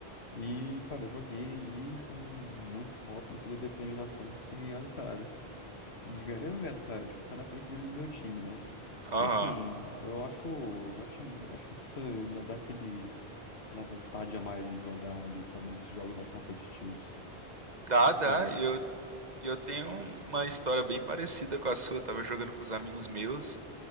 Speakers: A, on the left; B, on the right.
A: e, cara, joguei ali com muito foco, muita determinação e consegui ganhar do cara. E de ganhar, eu não ganhar do cara, tipo, ficar na frente dele no meu time, né?
B: Aham.
A: E assim, eu acho, acho, acho que isso dá, dá aquele, aquela vontade a mais de jogar ali, sabe, nesses jogos mais competitivos.
B: Dá,
A: O que que
B: dá.
A: você acha?
B: Eu E eu tenho uma história bem parecida com a sua. Eu tava jogando com os amigos meus